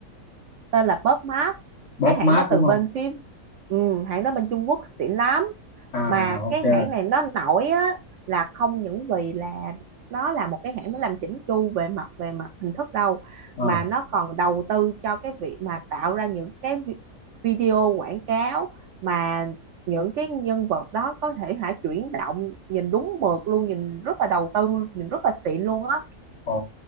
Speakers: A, on the right; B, on the left.
A: tên là Pop Mart
B: Bob
A: cái hãng
B: Map
A: đó
B: đúng
A: từ
B: không
A: bên phim ừ, hãng đó bên Trung Quốc xịn lắm
B: à
A: mà
B: ok
A: cái hãng này nó nổi á là không những vì là nó là một cái hãng nó làm chỉnh chu về mặt về mặt hình thức đâu
B: ờ
A: mà nó còn đầu tư cho cái việc mà tạo ra những cái vi- video quảng cáo mà những cái nhân vật đó có thể hả chuyển động nhìn đúng mượt luôn nhìn rất là đầu tư nhìn rất là xịn luôn á
B: ồ